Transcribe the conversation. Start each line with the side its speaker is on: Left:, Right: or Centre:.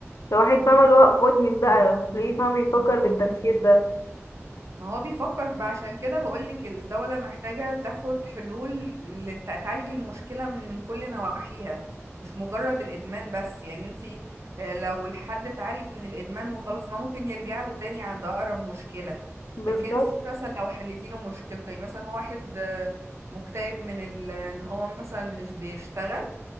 Left: لو واحد فاهم اللي هو مدمن بقى ليه فاهم يفكر بالتفكير ده
Right: ما هو بيفكر بقى عشان كده بقولك الدولة محتاجة تاخد حلول لت- تعالج المشكلة من كل نواحيها مش مجرد الإدمان بس يعني انتي آه، لو الحد اتعالج من الإدمان وخلاص ما ممكن يرجع له تاني عند أقرب مشكلة
Left: بالظبط
Right: لكن انتي مثلا لو حليتي له مشكلته يعني مثلا هو واحد آه، مكتئب من ال- ان هو مثلا مش بيشتغل